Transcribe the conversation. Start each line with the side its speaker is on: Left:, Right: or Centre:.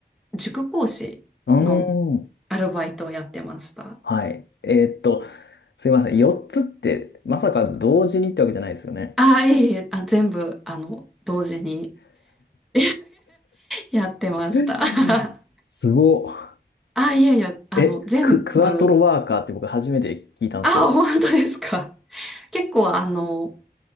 Centre: 塾講師の
Left: うーん。
Centre: アルバイトをやってました。
Left: はい。えーっと、すいません。4つって、まさか同時にってわけじゃないですよね。
Centre: ああ、いえいえ、あ、全部、あの、同時に <laughs> やってました。
Left: う
Centre: <laughs>
Left: んすごっ。
Centre: あ、いやいや、あの、
Left: え、
Centre: 全部、
Left: ク、クワトロワーカーって僕初めて聞いたんですけど。
Centre: あ、本当ですか。結構、あの、